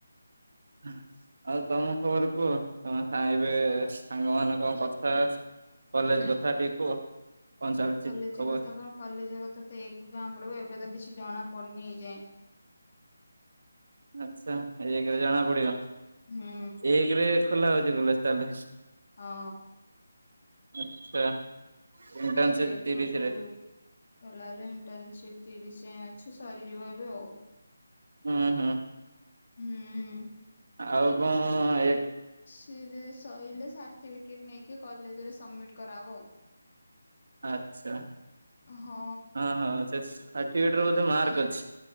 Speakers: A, on the right; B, on the left.
A: ହୁଁ। ଆଉ ତମ ଖବର କୁହ ତମ ସାଙ୍ଗ ଏବେ ସାଙ୍ଗ ମାନଙ୍କ କଥା। କଲେଜ କଥା ଟିକେ କୁହ। କଣ ଚାଲିଛି
B: କଲେଜ
A: ଖବର
B: କଥା କଣ? କଲେଜ କଥା ତ ଏକରୁ ଜଣା ପଡିବ ଏବେ ତ କିଛି ଜଣା ପଡ଼ିନି ଏଯାଇଁ।
A: ଆଚ୍ଛା ଏକରେ ଜଣା ପଡିବ।
B: ହୁଁ
A: ଏକରେ ଖୋଲା ହଉଚି କଲେଜ ତାହେଲେ।
B: ହଁ।
A: ଆଚ୍ଛା। ଇଣ୍ଟର୍ନସିପ
B: ଏକରୁ
A: ତିରିଶରେ
B: ଖୋଲା ହେଲେ ଇଣ୍ଟର୍ନଶିପ ତିରିଶ ଯାଏଁ ଅ ଅଛି ସରିଯିବ ଏବେ ଆଉ।
A: ହୁଁ ହୁଁ।
B: ହୁଁ ଉଁ।
A: ଆଉ କଁ ଅ ଏକ୍
B: ତିର୍ ରେ ସଇଲେ ସାର୍ଟିଫିକେଟ୍ ନେଇକି କଲେଜେରେ ସମିଟ୍ କରାହବ ଆଉ।
A: ଆଚ୍ଛା
B: ହଁ
A: ହଁ ହଁ ସେ ସାର୍ଟିଫିକେଟ ରେ ବଧେ ମାର୍କ ଅଛି।